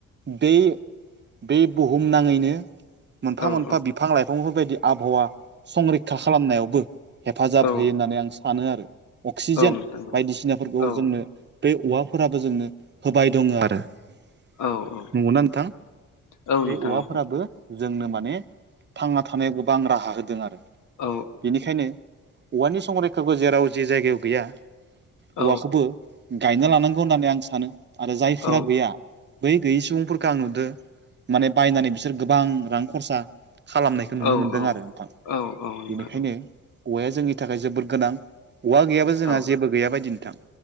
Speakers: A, on the right; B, on the left.
A: बे बे बुहुमनाङैनो मोनफा
B: औ
A: मोनफा बिफां लाइफांफोरबायदि आबहावा संरैखा खालामनायावबो हेफाजाब
B: औ
A: होयो होननानै आं सानो आरो अक्सिजेन
B: नोंथां
A: बायदिसिनाफोरखौ
B: औ
A: जोंनो बे औवाफोराबो जोंनो होबाय दङो आरो नंगौना
B: औ औ
A: नोंथां
B: औ नोंथां
A: बे औवाफोराबो
B: औ
A: जोंनो माने थांना थानायाव गोबां राहा होदों आरो
B: औ
A: बेनिखायनो औवानि संरैखाखौ जेराव जे जायगायाव गैया
B: औ
A: औवाखोबो गायना लानांगौ होननानै आं सानो आरो जायफोरा
B: औ
A: गैया बै गैयि सुबुंफोरखो आं नुदो माने बायनानै बिसोर गोबां रां खरसा खालामनाय खो नुनो
B: औ
A: मोन्दों आरो नोंथां
B: औ औ नोंथां
A: बेनिखायनो औवाया जोंनि औवा गैयाबा जोंहा
B: औ
A: जेबो गैया बायदि नोंथां।